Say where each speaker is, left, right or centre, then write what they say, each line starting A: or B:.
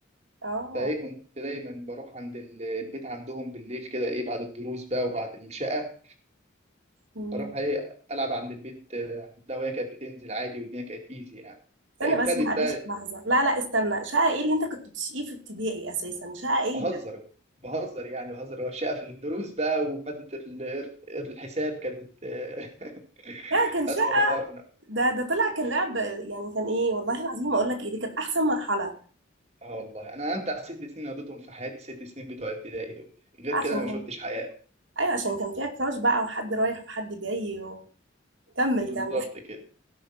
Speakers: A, on the right; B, on the right.
A: اه
B: فايه كنت دايما بروح عند ال- البيت عندهم بالليل كده ايه بعد الدروس بقى وبعد الشقه
A: مم.
B: اروح ايه العب عند البيت آه، عندها وهي كانت بتنزل عادي والدنيا كانت ايزي يعني
A: استنى
B: فابتدت
A: بس معلش
B: بقى
A: لحظه لا لا استنى شقه ايه اللي انت كنت بتشقيه في ابتدائي اساسا شقه ايه
B: بهزر
A: ده
B: بهزر يعني بهزر هو الشقه في الدروس بقى وماده ال- الحساب كانت آه، <laughs>
A: لا كان
B: أزمة ظهرنا
A: ده ده طلع كان لعب يعني كان ايه والله العظيم اقول لك ايه دي كانت احسن مرحله
B: اه والله انا امتع ست سنين قضيتهم في حياتي الست سنين بتوع ابتدائي دول غير
A: عشان
B: كده انا ما
A: كان
B: شفتش حياه
A: ايوه عشان كان فيها كراش بقى وحد رايح وحد جاي وكمل
B: بالظبط
A: كمل
B: كده